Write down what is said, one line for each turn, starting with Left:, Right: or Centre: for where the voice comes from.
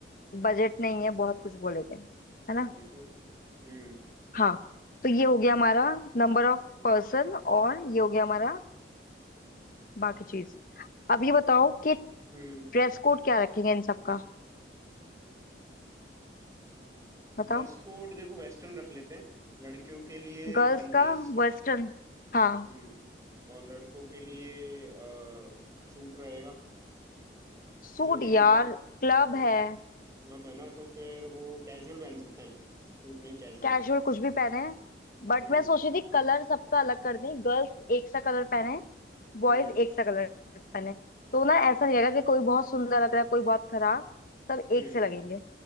Left: बजट नहीं है बहुत कुछ बोलेंगे है ना
Right: वही तो हम्म
Left: हाँ तो ये हो गया हमारा नंबर ऑफ पर्सन और ये हो गया हमारा बाकी चीज अब ये बताओ कि
Right: हम्म
Left: ड्रेस कोड क्या रखेंगे इन सब का बताओ
Right: ड्रेस कोड देखो वेस्टर्न रख लेते हैं लड़कियों के लिए
Left: गर्ल्स
Right: वन
Left: का
Right: पीस
Left: वेस्टर्न हाँ
Right: हम्म और लड़कों के लिए अ, सूट रहेगा
Left: सूट
Right: जो भी
Left: यार
Right: मतलब
Left: क्लब
Right: सूट
Left: है
Right: मतलब है ना तो फिर वो कैजुअल पहन सकते हैं सूट नहीं कैजुअल
Left: कैजुअल कुछ भी पहने बट
Right: हम्म
Left: मैं सोच रही थी कलर सबका अलग कर दें गर्ल्स एक सा कलर पहने बॉयज
Right: हम्म
Left: एक सा कलर पहने तो ना ऐसा नहीं लगेगा कि कोई बहुत सुंदर लग रहा है कोई बहुत खराब सब एक
Right: हम्म
Left: से लगेंगे